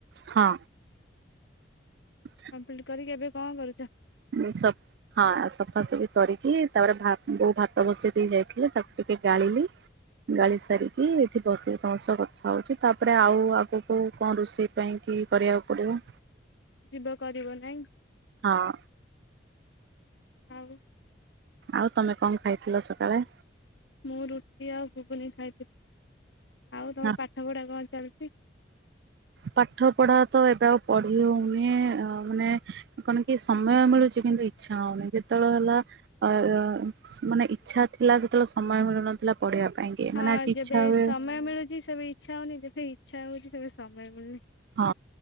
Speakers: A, on the right (about 60°); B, on the left (about 75°).
A: ହଁ। <inaudible>
B: କମ୍ପ୍ଲିଟ୍ କରିକି ଏବେ କଣ କରୁଚ?
A: ମୁଁ ସ ହଁ ସଫାସଫି କରିକି ତାପରେ ଭା ବୋଉ ଭାତ ବସେଇ ଦେଇ ଯାଇଥିଲେ ତାକୁ ଟିକେ ଗାଳିଲି ଗାଳି ସାରିକି ଏଠି ବସି ତମ ସହ କଥା ହଉଚି ତାପରେ ଆଉ ଆଗକୁ କଣ ରୋଷେଇ ପାଇଁକି କରିବାକୁ ପଡ଼ିବ।
B: ଯିବ କରିବ ନାଇଁ?
A: ହଁ।
B: ଆଉ।
A: ଆଉ ତମେ କଣ ଖାଇଥିଲ ସକାଳେ?
B: ମୁଁ ରୁଟି ଆଉ ଘୁଗୁନି ଖାଇଥିଲି ଆଉ ତମର
A: ହଁ
B: ପାଠ ପଢା କଣ ଚାଲିଚି?
A: ପାଠ ପଢାତ ଏବେ ଆଉ ପଢି ହଉନି ଅ ମାନେ କଣକି ସମୟ ମିଳୁଚି କିନ୍ତୁ ଇଚ୍ଛା ହଉନି ଯେତେବେଳ ହେଲା ଆ ଅ ମାନେ ଇଚ୍ଛା ଥିଲା ସେତେବେଳେ ସମୟ ମିଳୁନଥିଲା ପଢିବା ପାଇଁ। କି
B: ହଁ
A: ମାନେ ଆଜି
B: ଯେବେ
A: ଇଚ୍ଛା ହୁଏ
B: ସମୟ ମିଳୁଚି ସେବେ ଇଚ୍ଛା ହଉନି ଯେବେ ଇଚ୍ଛା ହଉଚି ସେବେ ସମୟ ମିଳୁନି।
A: ହଁ